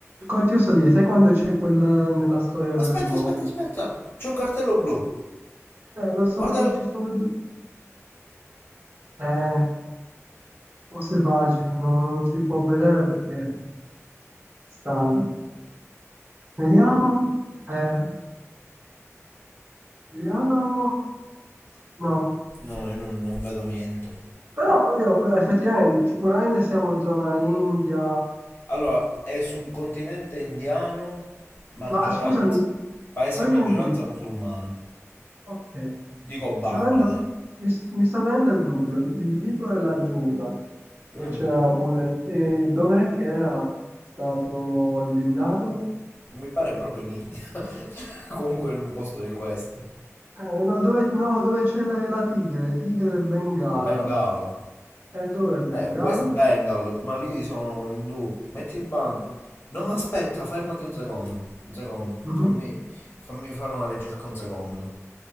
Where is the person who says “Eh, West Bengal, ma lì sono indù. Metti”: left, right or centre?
Left